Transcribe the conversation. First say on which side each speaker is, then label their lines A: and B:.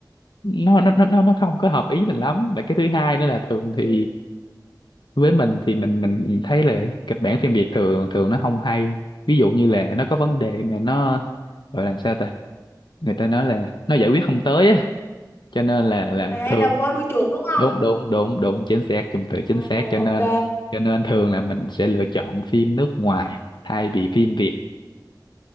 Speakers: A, on the left (about 80°); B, on the left (about 35°).
A: nó nó nó nó nó không có hợp ý mình lắm và cái thứ hai nữa là thường
B: ừ.
A: thì với mình thì mình mình thấy là kịch bản phim Việt thường thường nó không hay ví dụ như là nó có vấn đề mà nó gọi là sao ta người ta nói là nó giải quyết không tới á cho nên là là
B: à
A: thường
B: đầu voi đuôi chuột đúng không
A: đúng đúng đúng đúng chính xác dùng từ chính
B: Ồ,
A: xác cho nên
B: ok
A: cho nên thường là mình sẽ lựa chọn phim nước ngoài thay vì phim Việt